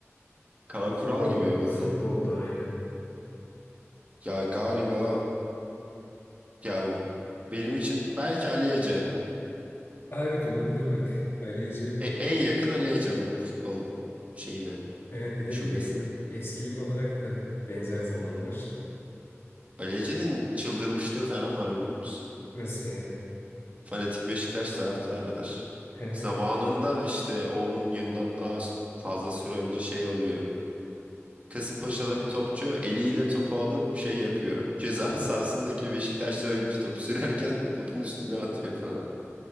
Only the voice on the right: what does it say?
Kaan
Kural gibi bir örnek
mi?
Ya galiba ya benim için belki Ali Ece.
E- en yakın Ali Ece onun futbol şeyine,
şubesine.
Ali Ece'nin çıldırmışlığı falan var biliyor musun?
Fanatik Beşiktaş taraftarıdır.
Zamanında işte 10 yıldan daha fazla süre önce şey oluyor. Kasımpaşa'da bir topçu eliyle topu alıp şey yapıyor. <laughs> Ceza sahasındaki Beşiktaşlı oyuncu top sürerken topun üstüne atıyor falan.